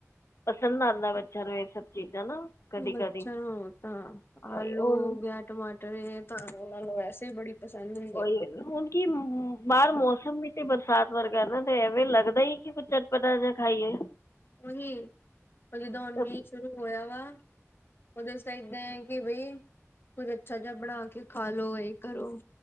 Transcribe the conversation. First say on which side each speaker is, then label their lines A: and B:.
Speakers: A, on the left; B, on the left.
A: ਪਸੰਦ ਆਉਂਦਾ ਬੱਚਿਆਂ ਨੂੰ ਇਹ ਸਭ ਚੀਜ਼ਾਂ ਨਾ ਕਦੀ
B: ਬੱਚਿਆਂ
A: ਕਦੀ
B: ਨੂੰ ਤਾਂ
A: ਉਹੀ
B: ਆਲੂ
A: ਹੁਣ
B: ਹੋ ਗਿਆ ਟਮਾਟਰ ਇਹ ਤਾਂ ਉਹਨਾਂ ਨੂੰ ਵੈਸੇ ਬੜੀ ਪਸੰਦ ਹੁੰਦੇ
A: ਉਹੀ, ਹੁਣ ਕੀ ਬਾਹਰ ਮੌਸਮ ਵੀ ਤੇ ਬਰਸਾਤ ਵਰਗਾ ਨਾ ਐਵੇਂ ਲੱਗਦਾ ਹੀ ਕਿ ਕੁੱਝ ਚਟਪਟਾ ਜਾਂ ਖਾਈਏ
B: ਉਹੀ ਹੁਣ ਜਿਦਾਣ
A: ਤਾਂ
B: ਮੀਂਹ ਸ਼ੁਰੂ ਹੋਇਆ ਵਾ ਉਹਦੇ 'ਚ ਤਾਂ ਏਦਾਂ ਹੈ ਕਿ ਬਈ, ਕੁਝ ਅੱਛਾ ਜਿਹਾ ਬਣਾ ਕੇ ਖਾਲੋ, ਇਹ ਕਰੋ